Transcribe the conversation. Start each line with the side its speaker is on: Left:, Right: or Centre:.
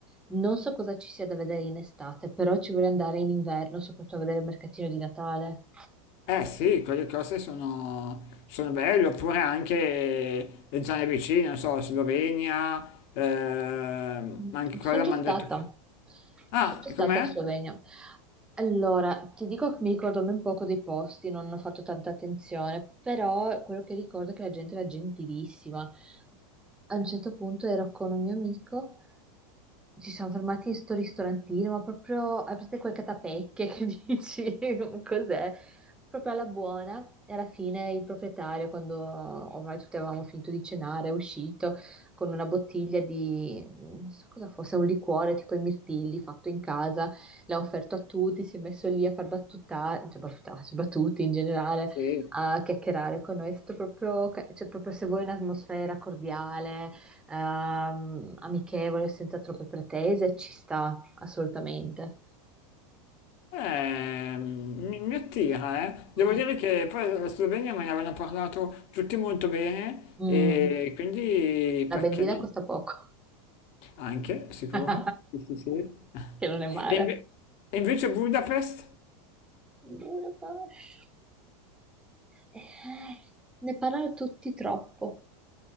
Centre: non so cosa ci sia da vedere in estate, però ci vorrei andare in inverno, soprattutto a vedere il mercatino di Natale.
Left: Eh sì, quelle cose sono, sono belle, oppure anche le zone vicine, non so, Slovenia, ehm,
Centre: Mm,
Left: anche quella
Centre: Ci sono già
Left: mi
Centre: stata,
Left: hanno detto che... Ah,
Centre: ci sono già
Left: e
Centre: stata
Left: com'è?
Centre: in Slovenia. Allora, ti dico che mi ricordo ben poco dei posti, non ho fatto tanta attenzione, però quello che ricordo è che la gente era gentilissima. A un certo punto ero con un mio amico. Ci siamo fermati in sto ristorantino, ma proprio, hai presente quelle catapecchie che <laughs> dici, cos'è? Proprio alla buona, e alla fine il proprietario, quando ormai tutti avevamo finito di cenare, è uscito con una bottiglia di, non so cosa fosse, un liquore tipo i mirtilli fatto in casa, l'ha offerto a tutti, si è messo lì a far battuta, cioè battutarsi, battuti in generale,
Left: Sì.
Centre: a chiacchierare con noi, è stato proprio, ca- cioè proprio se vuoi un'atmosfera cordiale ehm, amichevole, senza troppe pretese, ci sta assolutamente.
Left: Eh, mi, mi attira, eh. Devo
Centre: Mm,
Left: dire che poi la Slovenia me ne avevano parlato tutti molto bene
Centre: mm.
Left: e
Centre: Mm.
Left: quindi
Centre: La
Left: perché
Centre: benzina
Left: no?
Centre: costa poco,
Left: Anche, sicuro.
Centre: <laughs>
Left: Sì, sì, sì.
Centre: che non è male.
Left: E, inve- e invece Budapest?
Centre: Budapest. Eh, ne parlano tutti troppo.